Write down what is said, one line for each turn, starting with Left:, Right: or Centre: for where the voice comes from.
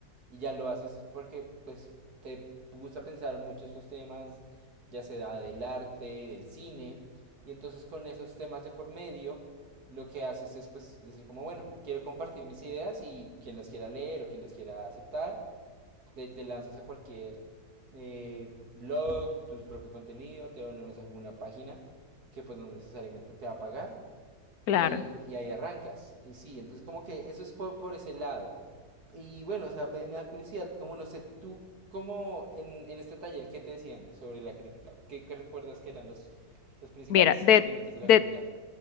Right: y ya lo haces es porque pues te gusta pensar mucho estos temas, ya sea del arte, del cine, y entonces con esos temas de por medio lo que haces es pues decir como bueno, quiero compartir mis ideas y quien las quiera leer o quien las quiera aceptar, te, te lanzas a cualquier eh, blog, tu propio contenido, te dones a alguna página que pues no necesariamente te va a pagar
Left: Claro.
Right: y ahí, y ahí arrancas. Y sí, entonces como que eso es por, por ese lado. Y bueno, o sea, me, me da curiosidad, como no sé, tú, como en, en este taller, ¿qué te decían sobre la crítica? ¿Qué, qué recuerdas que eran los, los principales
Left: Mira, de,
Right: elementos de la
Left: de
Right: crítica?